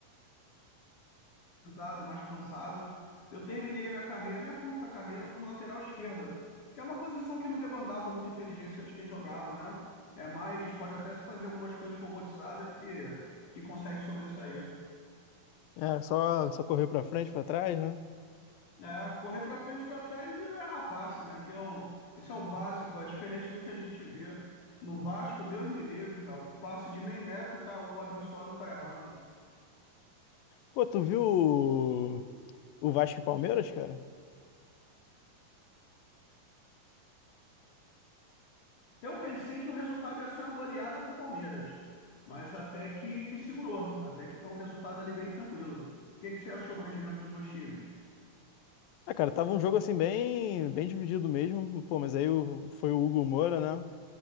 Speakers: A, on the left (about 60°); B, on the left (about 85°).
A: pesado, mais cansado. Eu terminei a minha carreira, a minha curta carreira, como lateral esquerdo, que é uma posição que não demandava muita inteligência de quem jogava, né? É mais, pode até se fazer algumas coisas robotizadas que, que consegue sobressair.
B: É, só só correr pra frente, pra trás, né?
A: É, correr para frente, para trás e não é rapaz, né? Que eu, isso é o básico, é diferente do que a gente vê no Vasco, Deus me livre, cara. O passe de meio metro, cara, o abençoado tá errando.
B: Pô, tu viu o, o Vasco e Palmeiras, cara?
A: Eu pensei que o resultado ia ser uma goleada pro Palmeiras, mas até que, que segurou, até que foi um resultado ali bem tranquilo. O que que você achou do rendimento dos dois times?
B: Ah, cara, tava um jogo assim bem, bem dividido mesmo, pô, mas aí o- foi o Hugo Moura, né?